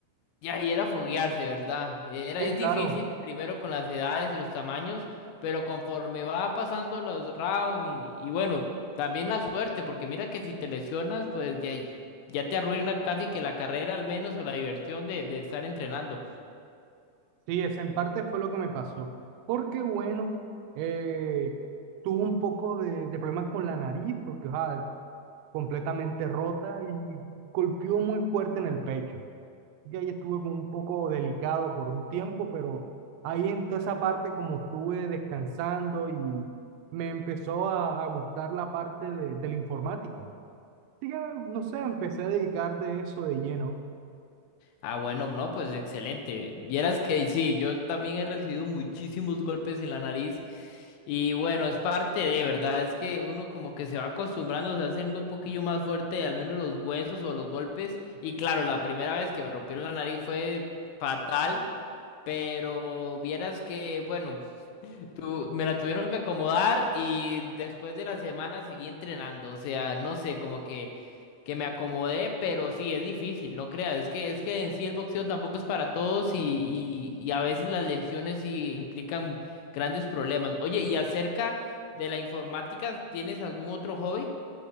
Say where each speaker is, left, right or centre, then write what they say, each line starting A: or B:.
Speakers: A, on the left (about 80°); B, on the right (about 85°).
A: ya, y era foguearse, ¿verdad? Era,
B: Sí,
A: es difícil
B: claro,
A: primero con las edades y los tamaños, pero conforme va pasando los rounds y, y bueno, también la suerte, porque mira que si te lesionas, pues ya, ya te arruina casi que la carrera al menos o la diversión de, de estar entrenando.
B: sí, esa en parte fue lo que me pasó. Porque bueno, eh, tuve un poco de, de problemas con la nariz, porque, o sea, completamente rota y golpeó muy fuerte en el pecho. Yo ahí estuve como un poco delicado por un tiempo, pero ahí en toda esa parte como estuve descansando y me empezó a, a gustar la parte de, de la informática. Así que, no sé, empecé a dedicar de eso de lleno.
A: Ah, bueno, no, pues excelente. Vieras que sí, yo también he recibido muchísimos golpes en la nariz y bueno, es parte de, ¿verdad? Es que uno como que se va acostumbrando, se va haciendo un poquillo más fuerte, al menos los huesos o los golpes. Y claro, la primera vez que me rompieron la nariz fue fatal, pero vieras que, bueno. Tu- me la tuvieron que acomodar y después de la semana seguí entrenando. O sea, no sé, como que, que me acomodé, pero sí, es difícil, no creas. Es que, es que en sí el boxeo tampoco es para todos y, y, y a veces las lesiones sí implican grandes problemas. Oye, y acerca de la informática, ¿tienes algún otro hobby?